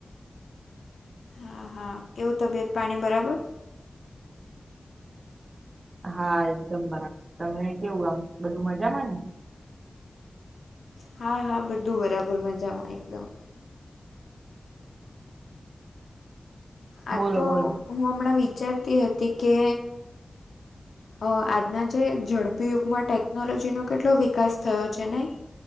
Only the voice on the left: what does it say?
હા હા કેવું તબિયત પાણી બરાબર?
હા હા બધું બરાબર મજામાં એકદમ. આ
તો
હું હમણાં વિચારતી હતી કે અહ આજના જે ઝડપી યુગમાં ટેકનોલોજીનો કેટલો વિકાસ થયો છે નહીં.